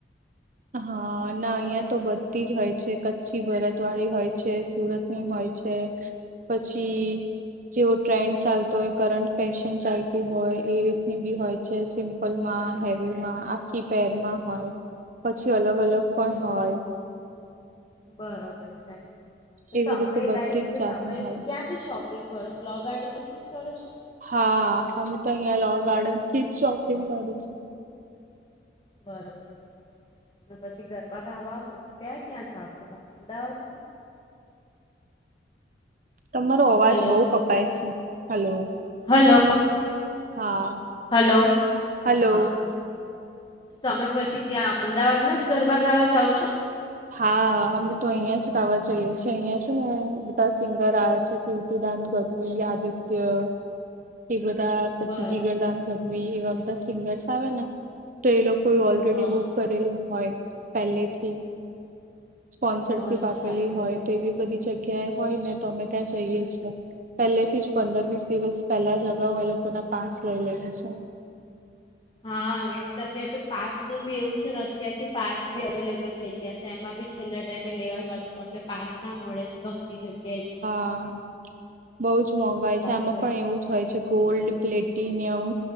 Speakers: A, on the right; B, on the left.
A: હા ના અહિયાં તો બધી જ હોય છે કચ્છી ભરતવાળી હોય છે સુરત ની હોય છે પછી જેવો ટ્રેન્ડ ચાલતો હોય કરંટ ફેશન ચાલતી હોય એ રીતની બી હોય છે સિમ્પલમાં હેવીમાં આખી પેરમાં હોય પછી અલગ અલગ પણ હોય.
B: બરોબર છે તો
A: એવી
B: તમે
A: રીતે બધી
B: લાઈક
A: જ
B: કે
A: જાતની
B: તમે
A: હોય
B: ક્યાં થી શોપિંગ કરો છો લો ગાર્ડન થી જ કરો છો?
A: હા અમે તો અહિયા લો ગાર્ડન થી જ શોપિંગ કરીએ છીએ.
B: બરોબર બરોબર અને પછી ગરબા ગાવા પછી ક્યાં ક્યાં જાવ છો તમે અમદાવાદ
A: તમારો અવાજ
B: હલો
A: બહુ કપાય છે હલો
B: હલો
A: હા
B: હલો
A: હલો
B: હા. તમે પછી ત્યાં અમદાવાદમાં જ ગરબા ગાવા જાવ છો.
A: હા અમે તો અહિયાં જ ગાવા જઈએ છીએ અહિયાં શું ને બધા સિંગર આવે છે કી ઉદાન ગઢવી આદિત્ય એ બધા પછી
B: બરો
A: જીગરદાન ગઢવી એવા બધા સિંગર્સ આવે ને તો એ લોકો ઓલરેડી
B: હા
A: બુક કરેલું હોય પહેલે થી સ્પોન્સરશીપ
B: અચ્છા
A: આપેલી
B: બરોબર
A: હોય તો એવી બધી જગ્યાએ હોય ને તો અમે ત્યાં જઈએ છીએ પહેલે થી જ પંદર વીસ દિવસ પહેલા જગાઓ એ લોકોના પાસ લઈ લઈએ છે
B: હા કેમ અત્યારે તો પાસ નું બી એવું છે ને અત્યારથી પાસ બી અવેલેબલ થઈ ગય જગ્યા છે એમાં બી છેલ્લા ટાઈમે લેવા જ આવ તો તમને પાસ્તા મળે ગમતી જગ્યાએ જ
A: હા બઉુ જ મોંઘાઈ
B: સાચી
A: છે આમાં
B: વાત
A: પણ એવું હોય છે ગોલ્ડ પ્લેટિનિયમ